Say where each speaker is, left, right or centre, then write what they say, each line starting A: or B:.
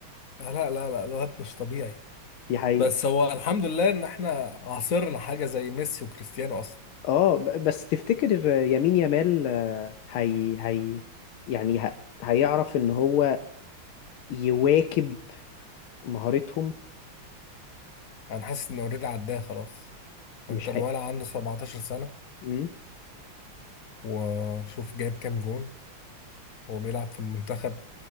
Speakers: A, on the left; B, on the left.
A: لا لا لا الواد مش طبيعي
B: دي حقيقة
A: بس هو الحمد لله ان احنا عاصرنا حاجة زي ميسي وكريستيانو اصلا
B: اه ب- بس تفتكر يمين يامال آه، هي هي يعني ه... هيعرف ان هو يواكب مهارتهم
A: انا حاسس ان اوريدي عداه خلاص
B: مش
A: انت الولد عنده 17 سنة
B: هي...
A: وشوف جايب كام جون هو بيلعب في المنتخب